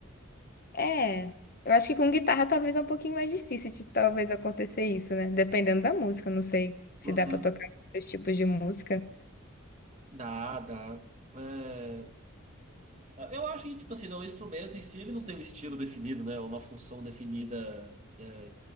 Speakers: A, on the left (about 45°); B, on the right (about 35°).
A: É, eu acho que com guitarra talvez é um pouquinho mais difícil de talvez acontecer isso, né? Dependendo da música, não sei se
B: Uhum.
A: dá pra tocar outros tipos de música.
B: Dá, dá. É, Eu acho que, tipo assim, não, o instrumento em si ele não tem um estilo definido, né? Uma função definida é,